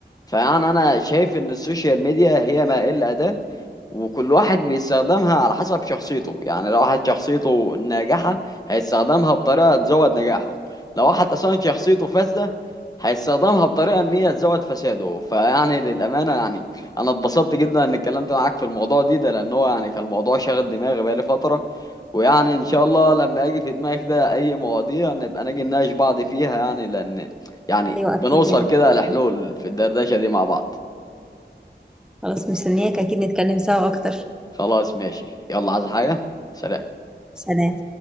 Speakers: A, on the left (about 20°); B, in the centre.
A: فيعني انا شايف ان السوشيال ميديا هي ما الا اداة وكل واحد بيستخدمها على حسب شخصيته يعني لو واحد شخصيته ناجحة هيستخدمها بطريقة تزود نجاحه لو واحد اصلا شخصيته فاسدة هيستخدمها بطريقة ان هي تزود فساده فيعني للأمانة يعني انا اتبسطت جدا ان اتكلمت معاك في الموضوع دي ده لان هو يعني كان الموضوع شاغل دماغي بقالي فترة ويعني ان شاء الله لما اجي في دماغي كده اي مواضيع نبقى نجي نناقش بعض فيها يعني لان يعني
B: ايوه اكيد
A: بنوصل
B: يعني
A: كده لحلول في الدردشه دي مع بعض
B: خلاص مستنياك اكيد نتكلم سوا اكتر
A: خلاص ماشي يلا عايز حاجه سلام
B: سلام